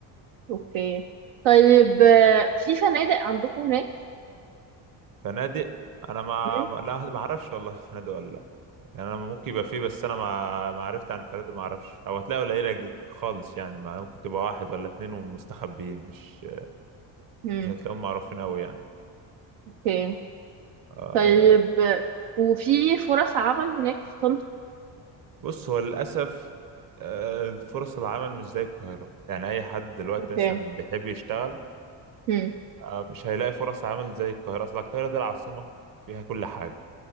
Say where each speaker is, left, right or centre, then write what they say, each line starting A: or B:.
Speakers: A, on the right; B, on the right.
A: اوكي طيب آه، في فنادق عندكم هناك
B: فنادق انا ما
A: امم
B: ما- لا ما اعرفش والله في فنادق ولا لا يعني انا ممكن يبقى فيه بس انا ما ما عرفت عن الفنادق ما اعرفش او هتلاقي قليله ج- خالص يعني ما ممكن تبقى واحد ولا اتنين ومستخبيين مش
A: أمم.
B: مش هتلاقيهم معروفين قوي يعني
A: اوكي
B: آه،
A: طيب آه، وفي فرص عمل هناك في طنطا
B: بص هو للأسف آه، فرص العمل مش زي القاهرة يعني أي حد دلوقتي
A: اوكي
B: مثلا بيحب يشتغل
A: امم
B: آه، مش هيلاقي فرص عمل زي القاهرة أصل القاهرة دي العاصمة فيها كل حاجة